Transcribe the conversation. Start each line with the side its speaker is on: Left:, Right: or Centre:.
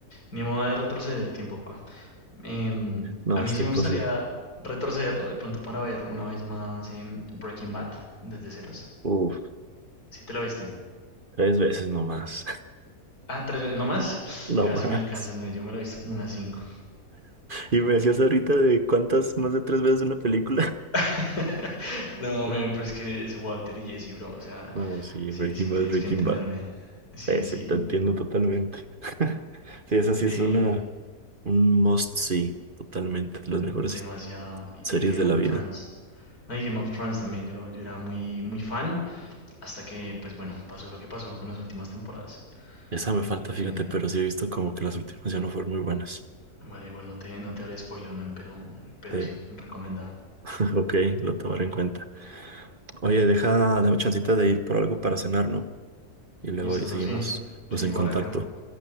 Left: ni modo de retroceder el tiempo, pa. Em,
Right: no,
Left: a mí
Right: está
Left: sí
Right: imposible.
Left: me gustaría retrocederlo de pronto para ver una vez más em, Breaking Bad desde ceros.
Right: Uf,
Left: Si te la viste.
Right: tres veces nomás,
Left: Ah, tres veces, no más.
Right: <laughs> no
Left: Casi
Right: más.
Left: me alcanzas, no, yo me la he visto como unas cinco.
Right: Y me decías ahorita de cuántas más de tres veces una película.
Left: <laughs> No, men,
Right: <laughs>
Left: pero es que es Walter y Jesse, bro. O sea,
Right: No, sí,
Left: sí,
Right: Breaking
Left: sí, tienes
Right: Bad, Breaking
Left: que entenderme.
Right: Bad.
Left: Sí,
Right: Sí, sí,
Left: sí.
Right: te entiendo totalmente. <laughs> Sí, esa sí
Left: Eh,
Right: es una, un must see, totalmente. Las mejores
Left: demasiado. Y
Right: series
Left: y Game
Right: de la
Left: of
Right: vida.
Left: Thrones. No, y Game of Thrones también. Yo, yo era muy, muy fan. Hasta que, pues bueno, pasó lo que pasó con las últimas temporadas.
Right: Esa me falta,
Left: Eh,
Right: fíjate, pero sí he visto como que las últimas ya no fueron muy buenas.
Left: Bueno, igual no te, no te haré spoiler, man, pero, pero
Right: Sí,
Left: sí, recomendada.
Right: <laughs> ok, lo tomaré en cuenta. Oye, deja, dame chancita de ir por algo para cenar, ¿no? Y luego
Left: Y solo
Right: ahí seguimos
Left: sí.
Right: pues
Left: Sí, igual
Right: en contacto.
Left: acá.